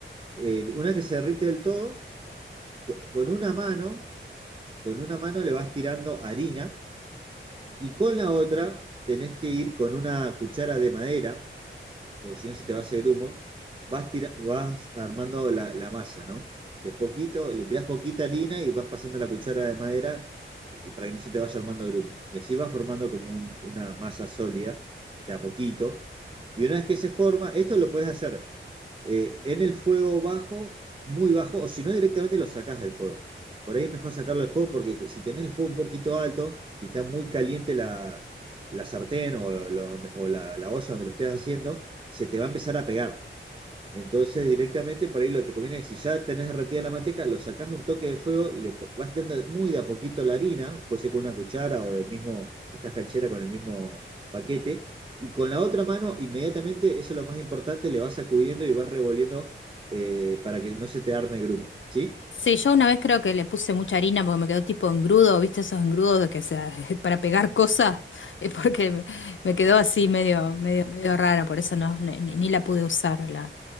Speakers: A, on the right (about 25°); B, on the left (about 65°).
A: Eh, una vez que se derrite del todo, co- con una mano, con una mano le vas tirando harina y con la otra tenés que ir con una cuchara de madera porque si no se te va ese grumo, vas, tira- vas armando la, la masa, ¿no? De poquito, le tirás poquita harina y vas pasando la cuchara de madera y para que no se te vaya armando grumo. Y así vas formando como un- una masa sólida, de a poquito. Y una vez que se forma, esto lo puedes hacer eh, en el fuego bajo, muy bajo, o si no directamente lo sacás del fuego. Por ahí es mejor sacarlo del fuego porque si tenés el fuego un poquito alto y está muy caliente la, la sartén o, lo- o la la olla donde lo estés haciendo, se te va a empezar a pegar. Entonces, directamente por ahí lo que te conviene es si ya tenés derretida la manteca, lo sacás de un toque de fuego, le po- vas tirando muy de a poquito la harina, puede ser con una cuchara o del mismo, si estás canchera, con el mismo paquete, y con la otra mano, inmediatamente, eso es lo más importante, le vas sacudiendo y vas revolviendo eh, para que no se te arme grumo. ¿Sí?
B: Sí, yo una vez creo que le puse mucha harina porque me quedó tipo engrudo, ¿viste esos engrudos de que sea <laughs> para pegar cosas? Es porque me, me quedó así medio, medio, medio rara, por eso no, ni, ni- ni la pude usar a la,